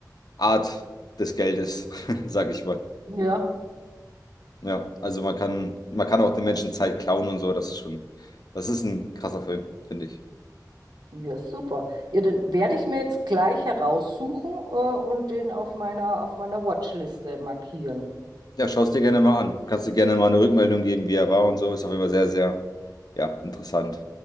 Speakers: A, on the left (about 65°); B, on the right (about 80°).
A: Art des Geldes, <laughs> sag ich mal.
B: Ja.
A: Ja, also man kann, man kann auch den Menschen Zeit klauen und so, das ist schon, das ist ein krasser Film, finde ich.
B: Ja, super. Ja, den werde ich mir jetzt gleich heraussuchen, äh, und den auf meiner, auf meiner Watchliste markieren.
A: Ja, schau es dir gerne mal an. Kannst du gerne mal eine Rückmeldung geben, wie er war und so. Ist auch immer sehr, sehr, ja, interessant.